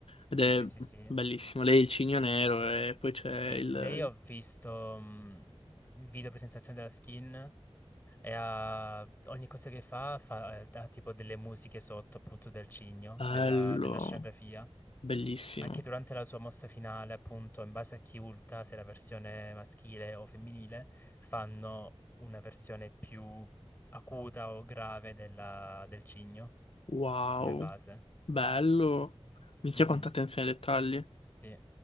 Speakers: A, on the left (about 65°); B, on the left (about 20°).
A: Ed
B: sì,
A: è
B: sì, sì, sì.
A: bellissimo. Lei è il cigno nero e poi c'è
B: L-
A: il
B: lei ho visto mh, il video presentazione della skin e ha, ogni cosa che fa, fa eh, ha tipo delle musiche sotto appunto del cigno,
A: bello.
B: della, della scenografia.
A: Bellissimo.
B: Anche durante la sua mossa finale, appunto, in base a chi ulta, se la versione maschile o femminile, fanno una versione più acuta o grave della- del cigno
A: Wow.
B: come base.
A: Bello. Minchia
B: Mhm,
A: quanta attenzione ai dettagli.
B: Sì,